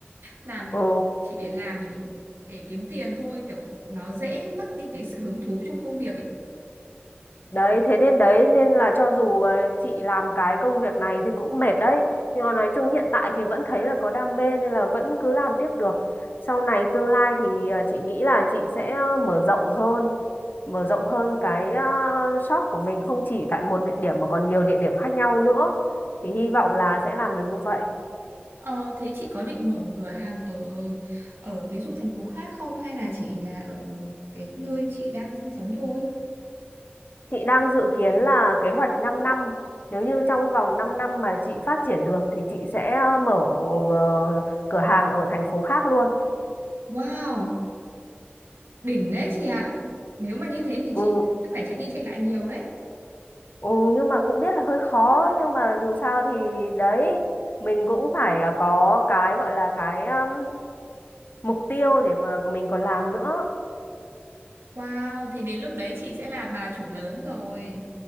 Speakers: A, on the right (about 85°); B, on the left (about 55°).
A: làm kiểu
B: Ừ.
A: không- chỉ để làm để để kiếm tiền thôi kiểu nó dễ mất đi cái sự hứng thú trong công việc ấy
B: Đấy, thế nên đấy nên là cho dù ờ, chị làm cái công việc này thì cũng mệt đấy. Nhưng mà nói chung hiện tại thì vẫn thấy là có đam mê nên là vẫn cứ làm tiếp được. Sau này tương lai thì ờ, chị nghĩ là chị sẽ ờ, mở rộng hơn, mở rộng hơn cái ờ, shop của mình không chỉ tại một địa điểm mà còn nhiều địa điểm khác nhau nữa. Thì hy vọng là sẽ làm được như vậy.
A: Ờ, thế chị có định mở cửa hàng ở ở ví dụ thành phố khác không hay là chỉ là ở cái nơi chị đang sinh sống thôi?
B: Chị đang dự kiến là kế hoạch 5 năm. Nếu như trong vòng 5 năm mà chị phát triển được thì chị sẽ ờ, mở ờ, cửa hàng ở thành phố khác luôn.
A: Wow, đỉnh đấy chị ạ. Nếu mà như thế thì
B: Ừ,
A: chị phải chạy đi chạy lại nhiều đấy.
B: ừ nhưng mà cũng biết là hơi khó nhưng mà dù sao thì đấy mình cũng phải ờ, có cái gọi là cái um, mục tiêu để mà mình còn làm nữa
A: Wow, thế đến lúc đấy chị sẽ là bà chủ lớn rồi.